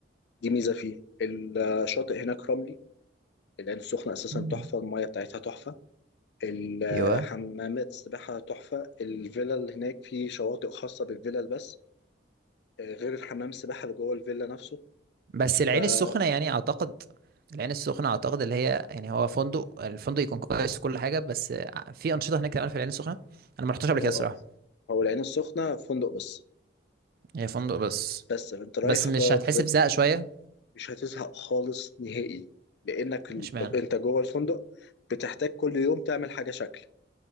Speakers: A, on the left; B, on the right.
A: دي ميزة فيه الشاطئ هناك رملي العين السخنة أساسا
B: مم.
A: تحفة المية بتاعتها تحفة الحمامات
B: ايوه
A: السباحة تحفة الفيلا اللي هناك فيه شواطئ خاصة بالفيلل بس آه، غير الحمام السباحة اللي جوه الفيلا نفسه
B: بس
A: فلا
B: العين السخنة يعني أعتقد العين السخنة أعتقد اللي هي يعني هو فندق الفندق يكون كويس وكل حاجة بس في أنشطة هناك تعمل في العين السخنة أنا ما رحتش
A: هو
B: قبل كده الصراحة
A: هو العين السخنة فندق بس
B: هي فندق بس
A: بس انت رايح
B: بس مش
A: هتقعد
B: هتحس بزهق شوية
A: مش هتزهق خالص نهائي لانك ال-
B: مش معنى
A: انت جوه الفندق بتحتاج كل يوم تعمل حاجه شكل